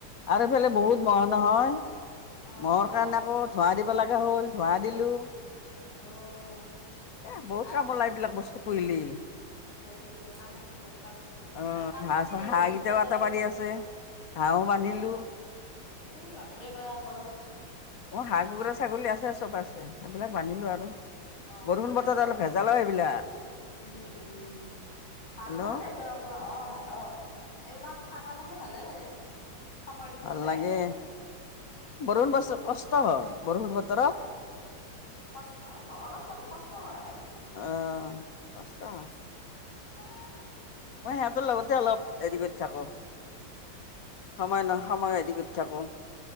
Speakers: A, on the left; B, on the left.
A: আৰু এইফালে বহুত মহ নহয়
B: অ',
A: মহৰ
B: ম'হো
A: কাৰণে
B: কামোৰে
A: আকৌ ধোঁৱা দিব লগা হ'ল ধোঁৱা দিলো
B: অ <inaudible>
A: এ বহুত
B: আৰু
A: কাম ওলাই এইবিলাক বস্তু পুহিলি
B: বহুত বিভিন্ন কাম আছে বহুত কাম আছে
A: অ
B: আৰু পাত
A: হাঁহ
B: কাটি দিয়া
A: হাঁহ
B: বৰষুণ
A: কেইটাও
B: বতৰত
A: আটা পাৰি
B: ত
A: আছে হাঁহো বান্ধিলো
B: বৰ এই বাপৰে বা বত
A: মোৰ হাঁহ কুকুৰা ছাগলী আছে চব আছে সেইবিলাক বান্ধিলো আৰু
B: অ
A: বৰষুণ
B: ভালে
A: বতৰত
B: ভালে
A: অলপ ভেজাল হয় সেইবিলাক
B: উম উম ভাল
A: হেল্ল'
B: ভালে দিয়ক অক অ অ এইবিলাক থাকা মানে ভালে লাগে। সময়টোও
A: ভাল
B: যায়।
A: লাগে বৰণ বছ কষ্ট হয় বৰষুণ বতৰত
B: কষ্ট অলপ চলপ কষ্ট হয় আৰু
A: অ কষ্ট হয়
B: উ <inaudible>
A: মই হেতৰ লগতে অলপ হেৰিকৰি থাকো সময় নহ সময় এৰি ক'ত থাকো।